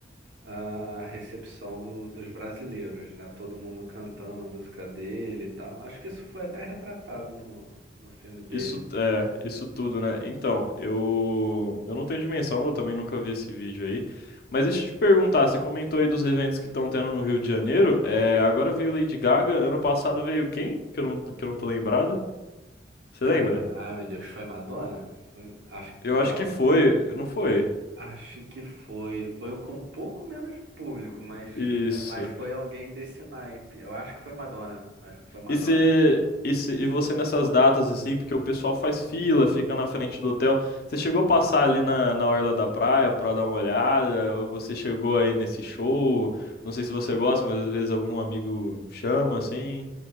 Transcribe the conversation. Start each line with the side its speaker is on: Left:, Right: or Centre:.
Right: a recepção do- dos brasileiros, né? Todo mundo cantando a música dele e tal. Acho que isso foi até retratado no, no filme dele,
Left: Isso, é, isso tudo, né? Então, eu, eu não tenho dimensão, eu também nunca vi esse vídeo aí. Mas deixa eu te perguntar, você comentou aí dos eventos que estão tendo no Rio de Janeiro. É, agora veio Lady Gaga, ano passado veio quem? Que eu não, que eu não tô lembrado. Você
Right: Ah,
Left: lembra?
Right: ai, meu Deus, foi Madonna? Foi, acho,
Left: Eu
Right: não,
Left: acho que foi, não foi?
Right: acho que foi. Foi com um pouco menos de público, mas,
Left: Isso.
Right: ah, mas foi alguém desse naipe. Eu acho que foi Madonna. Acho que foi Madonna.
Left: E se, e se e você nessas datas, assim, porque o pessoal faz fila, fica na frente do hotel. Você chegou a passar ali na, na orla da praia pra dar uma olhada? Ou você chegou aí nesse show? Não sei se você gosta, mas às vezes algum amigo chama, assim.